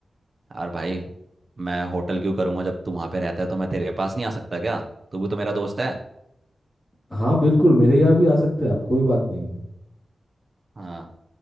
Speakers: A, on the right (about 40°); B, on the left (about 15°).
A: यार भाई मैं होटल क्यों करूँगा जब तू वहाँ पे रहता है तो मैं तेरे पास नहीं आ सकता क्या तू भी तो मेरा दोस्त है
B: हाँ बिल्कुल मेरे यहाँ भी आ सकते हैं आप कोई बात नहीं है
A: हाँ